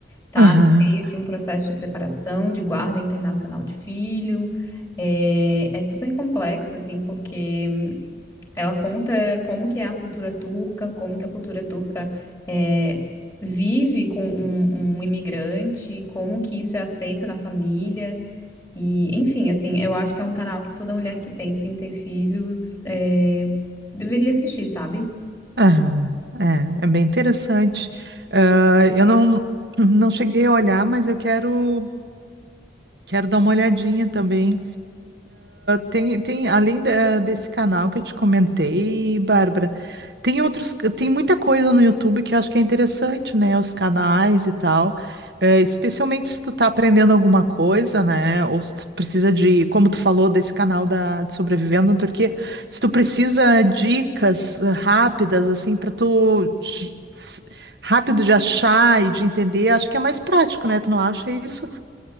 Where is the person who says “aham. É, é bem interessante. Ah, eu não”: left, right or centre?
Right